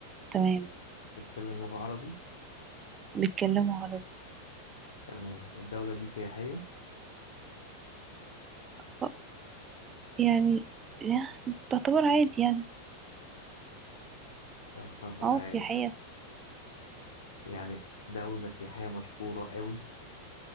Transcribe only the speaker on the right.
تمام
بيتكلموا عربي
طب يعني يعني تعتبر عادي يعني
اه
سياحية